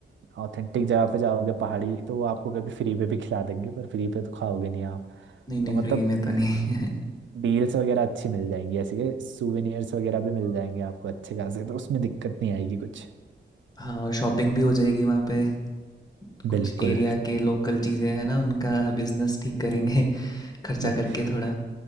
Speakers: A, on the right; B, on the left.
A: ऑथेंटिक जगह पे जाओगे पहाड़ी तो वो आपको कभी फ्री पे भी खिला देंगे पर फ्री पे तो खाओगे नहीं आप
B: नहीं नहीं
A: तो
B: फ्री
A: मतलब
B: में तो नहीं <laughs>
A: डील्स वगैरह अच्छी मिल जाएंगी ऐसे के सुवेनियर्स वगैरह भी मिल जाएंगे आपको अच्छे खासे तो उसमें दिक्कत नहीं आएगी कुछ
B: हाँ और शॉपिंग भी हो जाएगी वहाँ पे कुछ
A: बिल्कुल
B: एरिया के लोकल चीज़ें हैं ना उनका बिजनेस ठीक करेंगे <laughs> खर्चा
A: <laughs>
B: करके थोड़ा